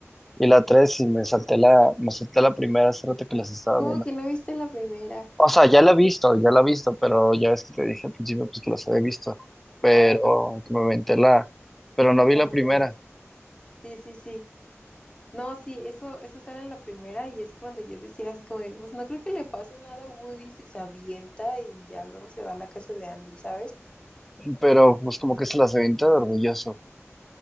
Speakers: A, in the centre; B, on the left.
A: y la tres y me salté la, me salté la primera hace rato que las estaba
B: ¿Cómo
A: viendo.
B: que no viste la primera?
A: O sea, ya la he visto, ya la he visto, pero ya ves que te dije al principio pues que las había visto, pero
B: Ah,
A: que me aventé la, pero no
B: ya,
A: vi la
B: ya,
A: primera,
B: ya. Sí, sí, sí. No, sí, eso, eso sale en la primera y es cuando yo decía así como de, pues no creo que le pase nada a Woody si se avienta y ya luego se va a la casa de Andy, ¿sabes?
A: pero pues como que se las aventé de orgulloso.